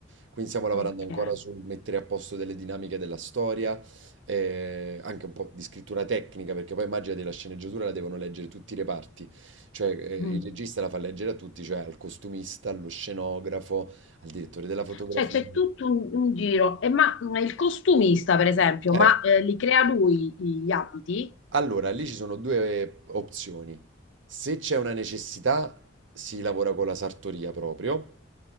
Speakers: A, on the right; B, on the left.
A: Quindi stiamo lavorando
B: Ok.
A: ancora sul mettere a posto delle dinamiche della storia, eh, anche un po' di scrittura tecnica, perché poi immagina della sceneggiatura la devono leggere tutti i reparti. Cioè, eh,
B: Mm.
A: il regista la fa leggere a tutti, cioè al costumista, allo scenografo, al direttore della fotografia.
B: Cioè c'è tutto un, un giro. E ma mm, il costumista, per esempio,
A: Eh.
B: ma eh, li crea lui gli abiti?
A: Allora, lì ci sono due eh, opzioni. Se c'è una necessità, si lavora con la sartoria proprio,